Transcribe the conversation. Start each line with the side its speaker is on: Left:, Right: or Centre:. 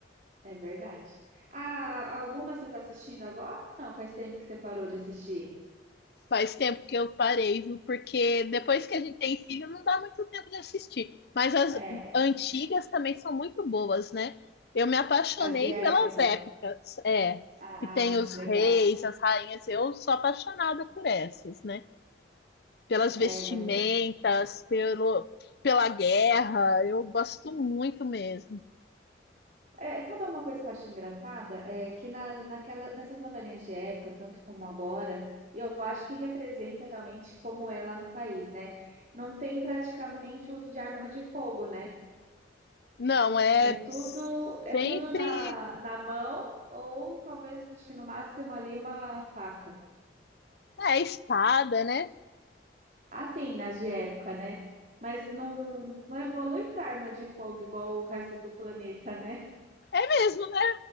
Right: É verdade. Ah, alguma você está assistindo agora? Não, faz tempo que você parou de assistir.
Left: Faz tempo que eu parei, viu? Porque depois que a gente tem filho, não dá muito tempo de assistir. Mas as
Right: É,
Left: antigas também são muito boas, né? Eu me apaixonei
Right: as de época.
Left: pelas épicas, é,
Right: Ah,
Left: que tem os
Right: legal.
Left: reis, as rainhas. Eu sou apaixonada por essas, né? pelas
Right: É
Left: vestimentas,
Right: muito
Left: pelo, pela guerra. Eu gosto muito mesmo.
Right: É, sabe uma coisa que eu acho engraçada? É que na, naquela, nessas novelinhas de época, tanto como agora, eu acho que representa realmente como é lá no país, né? Não tem praticamente uso de arma de fogo, né?
Left: Não, é
Right: É tudo, é
Left: sempre
Right: tudo na, na mão, ou talvez, acho que no máximo ali, uma faca.
Left: é espada, né?
Right: Assim, nas de época, né? Mas não, não evolui para arma de fogo igual o resto do planeta, né?
Left: É mesmo, né?